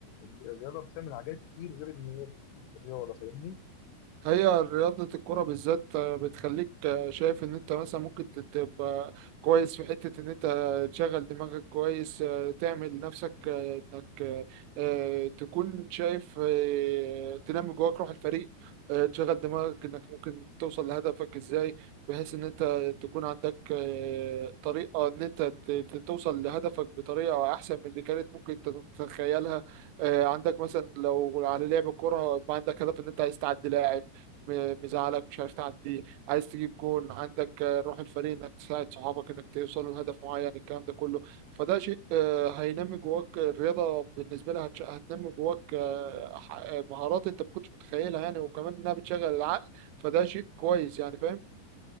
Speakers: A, on the left; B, on the right.
A: الرياضه بتعمل حاجات كتير غير ان هي رياضه فاهمني
B: هي رياضة الكرة بالذات آه، بتخليك آه، شايف إن أنت مثلا ممكن تبقى كويس في حتة إن أنت تشغل دماغك كويس آه، تعمل نفسك إنك آه، آه، تكون شايف آه، تنمي جواك روح الفريق آه، تشغل دماغك إنك ممكن توصل لهدفك إزاي بحيث إن أنت تكون عندك آه، طريقة إن أنت ت- ت- توصل لهدفك بطريقة أحسن من اللي كانت ممكن تتخيلها آه، عندك مثلا لو على لعب كرة يبقى عندك هدف إن أنت عايز تعدي لاعب م- مزعلك مش عارف تعدي عايز تجيب جون عندك آه، روح الفريق انك تساعد صحابك انك توصلوا لهدف معين الكلام ده كله فده شيء آه، هينمي جواك الرياضة بالنسبة لها هتش- هتنمي جواك آه، ح- آه، مهارات انت ما كنتش متخيلها يعني وكمان انها بتشغل العقل فده شيء كويس يعني فاهم